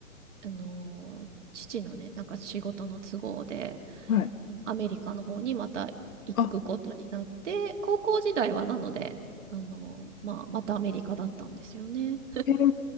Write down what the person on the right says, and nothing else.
あのー、父のね、なんか仕事の都合で、
あのアメリカの方にまた行くことになって、
高校時代はなので、あのー、まあ、またアメリカだったんですよね。